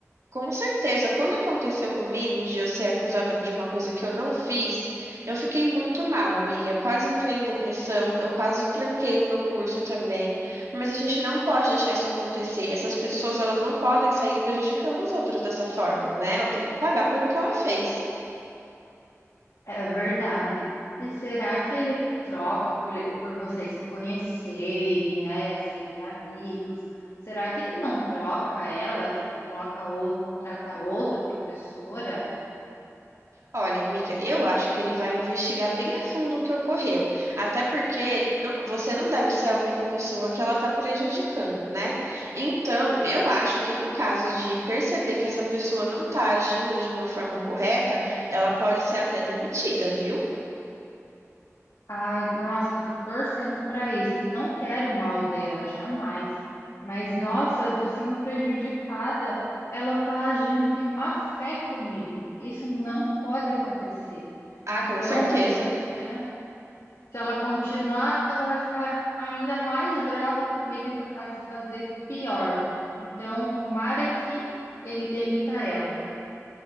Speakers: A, on the right (about 70°); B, on the left (about 80°).
A: Com certeza, quando aconteceu comigo de eu ser acusada de uma coisa que eu não fiz, eu fiquei muito mal, amiga. Eu quase entrei em depressão, eu quase tranquei o meu curso também. Mas a gente não pode deixar isso acontecer. Essas pessoas, elas não podem sair prejudicando os outros dessa forma, né? Ela tem que pagar pelo que ela fez.
B: É verdade. E será que ele troca por, por vocês se conhecerem, né? Serem amigos? Será que ele não troca ela? Tipo, coloca ou contrata outra professora?
A: Olha, amiga, eu acho que ele vai investigar bem a fundo o que ocorreu, até porque não- você não deve ser a única pessoa que ela está prejudicando, né? Então, eu acho que num caso de perceber que essa pessoa não está agindo de uma forma correta, ela pode ser até demitida, viu?
B: Ai, nossa, eu tô torcendo pra isso. Não quero o mal dela, jamais. Mas, nossa, eu tô sendo prejudicada. Ela tá agindo de má fé comigo. Isso não pode acontecer.
A: Ah,
B: Então,
A: com certeza.
B: né, se ela continuar, ela vai ficar ainda mais brava comigo e capaz de fazer pior. Então, tomara que ele demita ela.